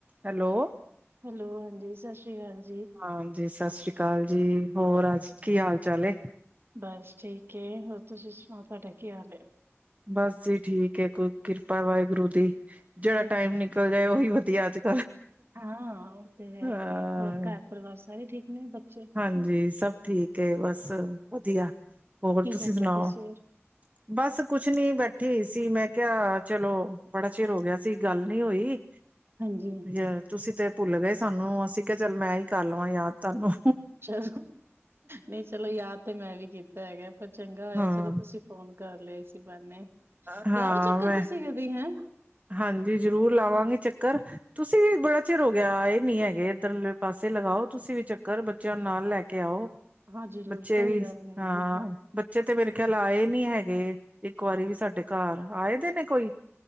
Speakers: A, on the right; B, on the right.
A: ਹੈਲੋ।
B: ਹੈਲੋ, ਹਾਂਜੀ, ਸਸ ਸ੍ਰੀ ਕਾਲ ਜੀ।
A: ਹਾਂਜੀ, ਸਤਿ ਸ੍ਰੀ ਕਾਲ ਜੀ, ਹੋਰ ਅੱਜ ਕੀ ਹਾਲ ਚਾਲ ਏ।
B: ਬਸ ਠੀਕ ਏ, ਹੋਰ ਤੁਸੀਂ ਸੁਨਾਉ, ਤੁਹਾਡਾ ਕੀ ਹਾਲ ਏ।
A: ਬਸ ਜੀ ਠੀਕ ਹੈ ਕੋ, ਕਿਰਪਾ ਵਾਹਿਗੁਰੂ ਦੀ। ਜਿਹੜਾ
B: ਹੋਰ
A: ਟਾਈਮ ਨਿਕਲ ਜਾਏ ਉਹੀ ਵਧੀਆ। <unintelligible>
B: ਹਾਂ ਉਹ ਤੇ ਹੈ ਹੀ
A: ਹਾਂ।
B: ਹੈ ਹੋਰ ਘਰ ਪਰਿਵਾਰ ਸਾਰੇ ਠੀਕ ਨੇ ਬੱਚੇ
A: ਹਾਂਜੀ ਸਭ ਠੀਕ ਬਸ ਵਧੀਆ ਹੋਰ
B: ਕੀ
A: ਤੁਸੀਂ
B: ਕਰਦੇ
A: ਸੁਣਾਓ
B: ਪਏ ਸੀ ਹੋਰ
A: ਬਸ ਕੁਛ ਨੀ ਬੈਠੀ ਸੀ ਮੈਂ ਕਿਹਾ ਚਲੋ ਬੜਾ ਚਿਰ ਹੋ ਗਿਆ ਸੀ ਗੱਲ ਨੀ ਹੋਈ
B: ਹਾਂਜੀ
A: ਜ ਤੁਸੀਂ ਤੇ ਭੁੱਲ ਗਏ ਸਾਨੂੰ ਅਸੀਂ ਕਿਹਾ ਚੱਲ ਮੈਂ ਹੀ ਕਰ ਲਵਾਂ ਯਾਦ ਤੁਹਾਨੂੰ
B: ਚੋ ਨਹੀਂ ਚਲੋ ਯਾਦ ਤੇ ਮੈਂ ਵੀ ਕੀਤਾ ਤਾਂ ਹੈਗਾ ਚੰਗਾ ਹੋਇਆ
A: ਹਾਂ।
B: ਚਲੋ ਤੁਸੀਂ ਫੋਨ ਕਰ ਲਏ ਸੀ ਬੰਨੇ
A: ਹਾਂ
B: ਲਾਓ ਚੱਕਰ
A: ਮੈਂ
B: ਤੁਸੀਂ ਕਦੀ ਹੈਂ
A: ਹਾਂਜੀ ਜ਼ਰੂਰ ਲਾਵਾਂਗੇ ਚੱਕਰ ਤੁਸੀਂ ਵੀ ਬੜਾ ਚਿਰ ਹੋ ਗਿਆ ਇਹ ਨੀ ਹੈਗੇ ਇੱਧਰ ਪਾਸੇ ਲਗਾਓ ਤੁਸੀਂ ਵੀ ਚੱਕਰ ਬੱਚਿਆਂ ਨਾਲ ਲੈ ਕੇ ਆਓ
B: ਹਾਂ ਜ਼ਰੂਰ
A: ਬੱਚੇ
B: ਕੋਈ
A: ਵੀ
B: ਗੱਲ ਨਹੀਂ
A: ਹਾਂ
B: ਜੀ
A: ਬੱਚੇ ਤੇ ਮੇਰੇ ਕਿਆਲ ਆਏ ਨੀ ਹੈਗੇ ਇੱਕ ਵਾਰੀ ਵੀ ਸਾਡੇ ਘਰ ਆਏ ਦੇ ਨੇ ਕੋਈ